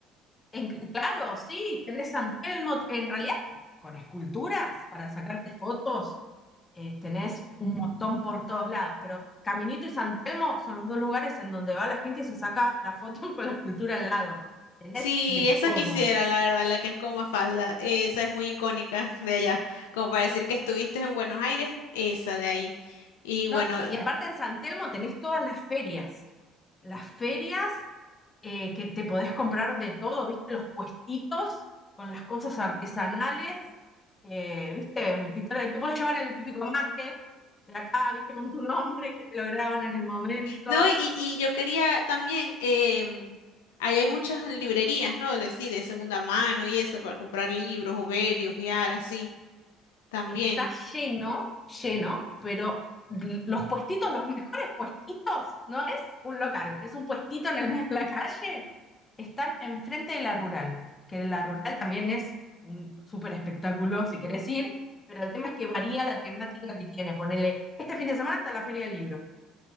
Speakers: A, on the left; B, on the left.
A: en- claro, sí, tenés San Telmo, en realidad con esculturas para sacarte fotos eh, tenés un montón por todos lados, pero Caminito y San Telmo son los dos lugares en donde va la gente y se saca la foto <laughs> con la escultura al lado. Tenés
B: Sí,
A: de
B: esa
A: todo.
B: quisiera, la verdad, la que es con falda Esa es muy icónica de allá. Como para
A: No,
B: decir que estuviste en Buenos Aires, esa de ahí. Y bueno,
A: no, y aparte en San Telmo tenés todas las ferias. Las ferias eh, que te podés comprar de todo, ¿viste? Los puestitos con las cosas artesanales, eh, ¿viste? Pintores, Te podés llevar el típico mate de acá, ¿viste? Con tu nombre que te lo graban en el momento.
B: No, y, y yo quería también, em, ahí hay muchas librerías, ¿no? De así, de segunda mano y eso, para comprar libros, o ver y ojear, así, también.
A: Está lleno, lleno, pero l- los puestitos, los mejores puestitos, no es un local, es un puestito en el medio de la calle, están enfrente de la rural, que la rural también es un súper espectáculo si querés ir, pero el tema es que varía la temática que tiene. Ponele, este fin de semana está la Feria del Libro